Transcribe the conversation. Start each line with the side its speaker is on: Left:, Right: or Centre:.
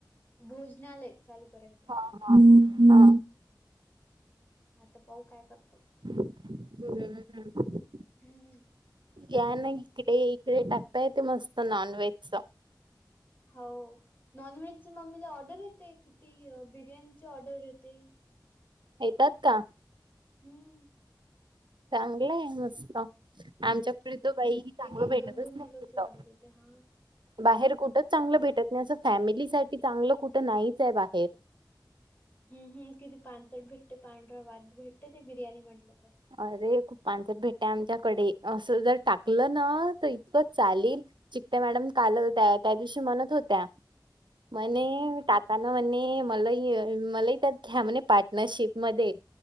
Left: भोजनालय चालू करायचं.
Right: हा हा
Left: आता पाऊ काय करतो.
Right: <unintelligible>
Left: हम्म
Right: या ना इकडे इकडे टकता येतय मस्त नॉन व्हेजच.
Left: हाव नॉनव्हेजची मम्मीला ऑर्डर येते किती बिर्याणीची ऑर्डर येते?
Right: येतात का?
Left: हम्म
Right: चांगलं आहे मस्त. आमच्याकडे
Left: हम्म
Right: त
Left: हम्म.
Right: बाई चांगलं
Left: एक एक
Right: भेटतच
Left: दोन दोन
Right: नाही
Left: किलोची
Right: तिथ.
Left: ऑर्डर येते हा
Right: बाहेर कुठंच चांगलं भेटत नाही असं फॅमिलीसाठी चांगलं कुठं नाहीच हे बाहेर.
Left: हम् हम किती पानचट भेटते पांढर भात भेटते ते बिर्याणी म्हटलं तर,
Right: अरे खूप पांचट भेटते आमच्याकडे असं जर टाकलं ना तर इतकं चालेल चिकत्या मॅडम काल त्या त्या दिवशी म्हणत होत्या म्हणे
Left: हम्म
Right: टाक म्हणेणे मला मलाही त्यात घ्या म्हणे पार्टनरशिप मधे